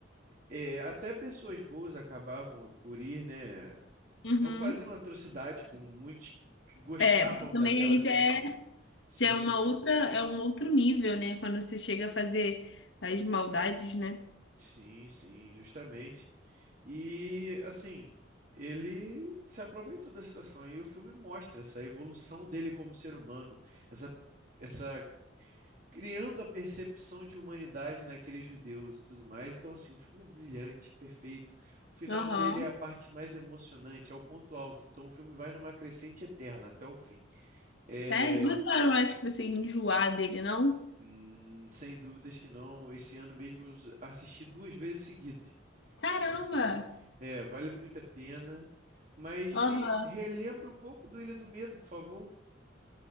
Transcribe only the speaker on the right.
é, até pessoas boas acabavam por ir, né?
Não faziam atrocidade como muitos que, que gostavam
daquela
situação.
Sim,
sim.
Sim, sim, justamente. E assim, ele se aproveitou dessa situação e o filme mostra essa evolução dele como ser humano, essa essa criando a percepção de humanidade naqueles judeus e tudo mais. Então assim, o filme é brilhante, perfeito. O final
dele é a parte mais emocionante, é o ponto alto. Então o filme vai numa crescente eterna até o fim. É,
hum, sem dúvidas que não. Esse ano mesmo eu assisti duas vezes seguidas.
Então, assim, é, vale muito a pena. Mas
me relembra um pouco do Ilha do Medo, por favor.